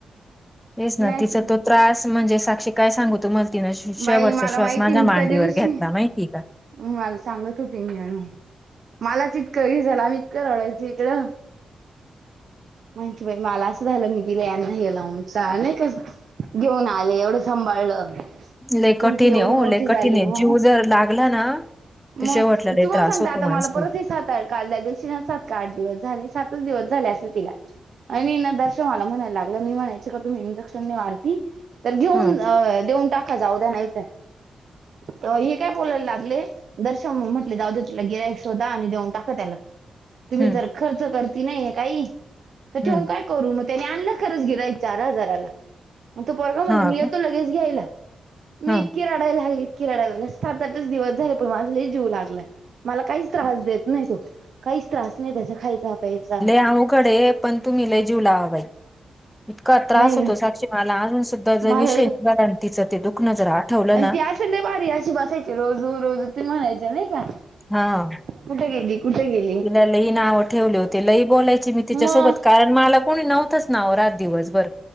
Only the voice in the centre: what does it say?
येच
ना तिचा तो त्रास म्हणजे साक्षी काय सांगू तुम्हाला तिन शेवटचा
श्वास
माझ्या
मांडीवर
घेतला माहिती आहे का?
लई
कठीण
आहे
हो लई कठीण
आहे जीव जर लागला ना.
तर शेवटला लय
त्रास
होतो
माणसाला
हम्म.
हम्म
हम्म
हा
का
हा
आहो कडे पण तु्ही लई जीव लावा बाई इतका त्रास
होतो साक्षी मला अजून
विषय आणि तिच ते दुखणं जर आठवलं.
ना
हा.
तिन लई नाव ठेवले होते. लई बोलायची मी तिच्यासोबत.
कारण मला कोणी नव्हतंच ना ओ, राहत दिवस भर.